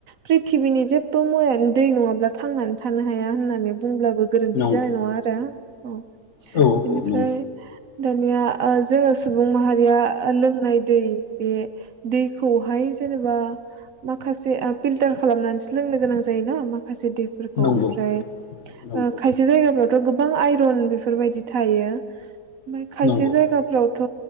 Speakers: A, on the right; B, on the left.
A: प्रिथिबिनि जेबो मुवायानो दै नङाब्ला थांनानै थानो हाया होननानै बुंब्लाबो गोरोन्थि
B: नंगौ
A: जानाय नङा औ
B: औ
A: बेनिफ्राय
B: औ नंगौ
A: दानिया ओ जोङो सुबुं माहारिया लोंनाय दै बे दैखौहाय जेनेबा माखासे आ पिल्टार खालामनानैसो लोंनो गोनां जायोना मा खायसे दैफोरखौ
B: नंगौ
A: ओमफ्राय
B: नंगौ
A: ओ खायसे जायगाफ्रावथ' गो बां आइरन बेफोरबायदि थायो ओमफाय खायसे
B: नंगौ
A: जायगाफ्रावथ'